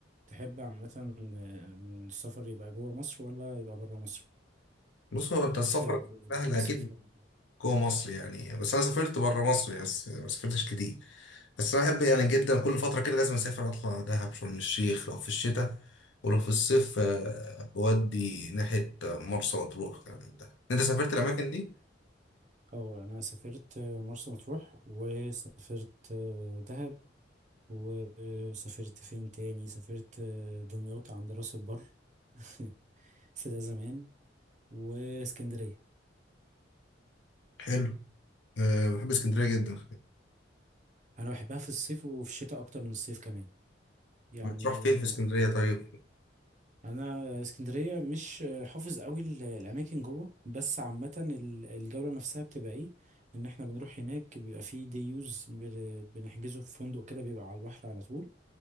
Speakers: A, on the right; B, on the left.
A: تحب عامة آه، من السفر يبقى جوه مصر ولا يبقى بره مصر؟
B: بص هو انت السفر
A: في
B: سهل
A: مصيف
B: اكيد
A: يعني
B: جوه مصر يعني بس انا سافرت بره مصر يعني، بس ما سافرتش كتير بس انا بحب يعني جدا كل فتره كده لازم اسافر اطلع دهب شرم الشيخ لو في الشتاء ولو في الصيف آه، بودي ناحيه آه، مرسى مطروح كلام من ده انت سافرت الاماكن دي
A: أو أنا سافرت آه، مرسى مطروح وسافرت آه، دهب وسافرت فين تاني سافرت آه، دمياط عند راس البر <laughs> بس ده زمان واسكندرية
B: حلو أه بحب اسكندريه جدا
A: أنا بحبها في الصيف وفي الشتاء أكتر من الصيف كمان يعني
B: بتروح فين في اسكندريه طيب
A: انا اسكندريه مش حافظ قوي ال- الاماكن جوه بس عامه ال- الجوله نفسها بتبقى ايه ان احنا بنروح هناك بيبقى فيه دي يوز بن- بنحجزه في فندق كده بيبقى على البحر على طول